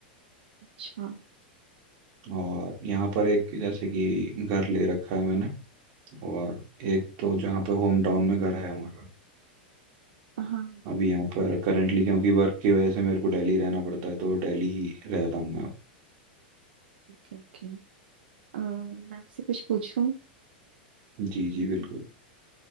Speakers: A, on the right; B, on the right.
A: अच्छा
B: और यहाँ पर एक जैसे कि घर ले रखा है मैंने और एक तो जहाँ पे होम टाउन में घर है हमारा
A: हाँ
B: अभी यहाँ पर करेंटली क्योंकि वर्क की वजह से मेरे को दिल्ली रहना पड़ता है तो दिल्ली ही रह रहा हूँ मैं अब।
A: Okay okay अ, मैं आपसे कुछ पूछूं
B: जी जी बिल्कुल